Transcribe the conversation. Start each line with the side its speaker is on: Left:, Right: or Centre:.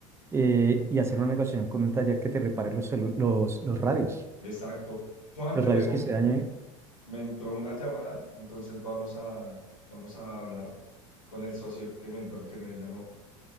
Right: eh, y hacer una negociación con un taller que te repare los, celu- los, los radios,
Left: Exacto. Juan,
Right: los
Left: te
Right: radios
Left: dejo,
Right: que se dañen.
Left: me entró una llamada, entonces vamos a, vamos a hablar con el socio que me, entró- que me llamó.